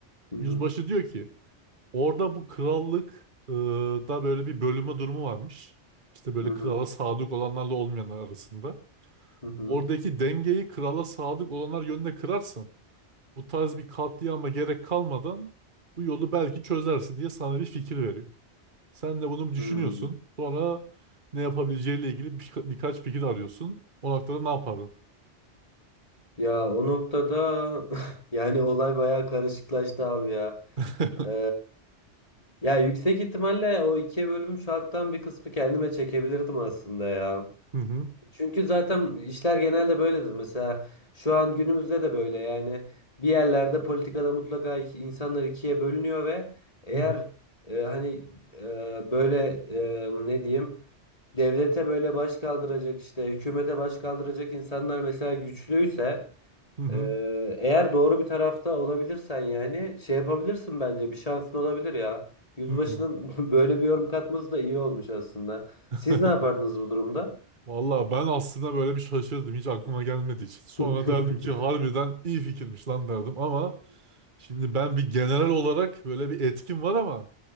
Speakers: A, on the left (about 30°); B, on the right (about 45°).
A: Hı
B: Yüzbaşı
A: hı.
B: diyor ki orada bu krallık e, da böyle bir bölüme durumu varmış. İşte böyle
A: Hı hı.
B: krala sadık olanlarla olmayanlar arasında.
A: Hı hı.
B: Oradaki dengeyi krala sadık olanlar yönüne kırarsan bu tarz bir katliama gerek kalmadan bu yolu belki çözersin diye sana bir fikir veriyor. Sen de bunu düşünüyorsun.
A: Hı.
B: Sonra ne yapabileceğiyle ilgili birka- birkaç fikir arıyorsun. O noktada ne yapardın?
A: Ya o noktada <laughs> yani olay bayağı karışıklaştı abi ya.
B: <laughs>
A: Ee, ya yüksek ihtimalle o ikiye bölünmüş halktan bir kısmı kendime çekebilirdim aslında ya.
B: Hı hı,
A: Çünkü zaten işler genelde böyledir. Mesela şu an günümüzde de böyle yani bir yerlerde politikada mutlaka iki- insanlar ikiye bölünüyor ve eğer
B: hı hı,
A: e, hani e, böyle e, ne diyeyim devlete böyle baş kaldıracak işte hükümete baş kaldıracak insanlar mesela güçlüyse
B: hı hı,
A: ee, eğer doğru bir tarafta olabilirsen yani şey yapabilirsin bence bir şansın olabilir ya. Yüzbaşının
B: hı hı.
A: <laughs> böyle bir yorum katması da iyi olmuş aslında.
B: <laughs>
A: Siz ne yapardınız bu durumda?
B: Valla ben aslında böyle bir şaşırdım. Hiç aklıma gelmedi hiç. Sonra
A: <laughs>
B: derdim ki harbiden iyi fikirmiş lan derdim ama şimdi ben bir general olarak böyle bir etkim var ama